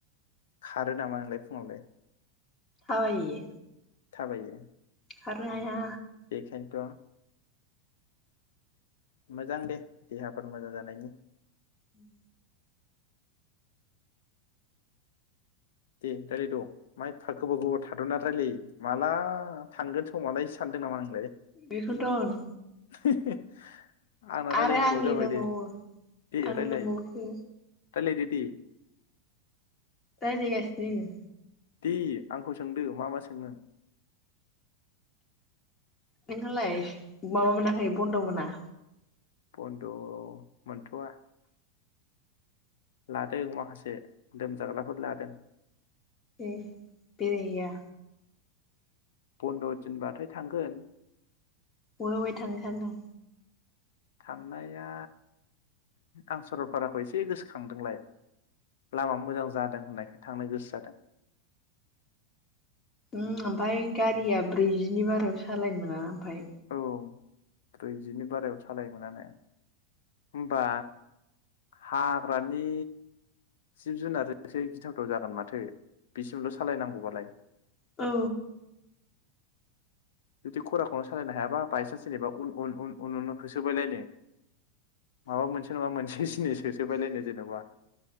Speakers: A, on the left (about 80°); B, on the left (about 25°).
A: खारो नामा नोंलाय फुङावलाय?
B: थाबायो।
A: थाबायो।
B: खारनो हाया।
A: इनोथ मोजां दे देहाफोर मोजां जानायनि।
B: उम
A: दे रायलायद मा एफा गोबाव गोबाव थादना रायलायो माला थांगोन समा लायसो सानदों नामा नों?
B: बेखोनोथ होन
A: <inaudible> आंना रायलायनांगौआ
B: आरो आंनि
A: जाबाय
B: दंबावो
A: दे दे
B: आंनि
A: रायलाय
B: दंबावोसो।
A: रायलायदो दे।
B: रायलाय गासिनो।
A: दे आंखौ सोंदो मा मा सोंनो।
B: नोंहालाय माबा मोनाखै बन्द' मोना?
A: बन्द' मोनथवा लादों माखासे लोमजाग्राफोर लादों।
B: ए बेेरायहैया?
A: बन्द दिनबाथाय थांगोन।
B: अवे अवे थांनो सानदों?
A: थांनाया आं सरलपाराखौ एसे गोसोखांदोंलाय लामा मोजां जादों होननायखाय थांनो गोसो जादों।
B: उम ओफाय गारिया ब्रैजिनि बारायाव सालायनो मोना। फाय
A: जादों औ ब्रैजिनि बारायाव सालायनोमोनाने ओमबा हाग्रानि जिब जुनार एससे गिथावथाव जागोन माथो बिसिमल' सालायनांगौबालाय।
B: औ।
A: जुदि खराखौनो सालायनो हायाबा बायसान्स जेनेबा उन उन उन उन उन उन होसोबायलायनो माबा मोनसे नङा मोनसे जिनिस होसोबायलायनो जेनेबा।